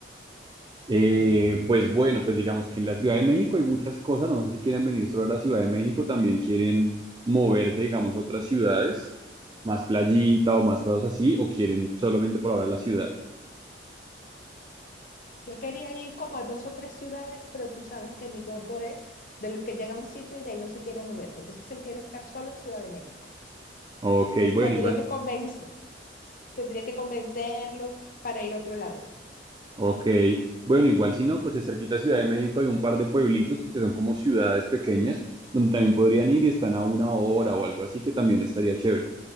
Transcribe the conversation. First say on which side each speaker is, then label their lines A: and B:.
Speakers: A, on the right; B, on the left.
A: Eh, pues bueno, pues digamos que en la Ciudad de México hay muchas cosas. No sé si quieren venir solo a la Ciudad de México, también quieren moverse, digamos, a otras ciudades, más playita o más cosas así, o quieren solamente por ahora la ciudad.
B: Yo quería ir como a dos o tres ciudades, pero tú sabes que mi gordo es de los que llega a un sitio y de ahí no se quiere mover. Entonces él quiere estar solo en Ciudad de México.
A: Ok,
B: Entonces
A: bueno,
B: tendría
A: igual.
B: que convencer, tendría que convencerlo para ir a otro lado.
A: Ok, bueno, igual si no, pues de cerquita a Ciudad de México hay un par de pueblitos, pues que son como ciudades pequeñas, donde también podrían ir y están a una hora o algo así, que también estaría chévere.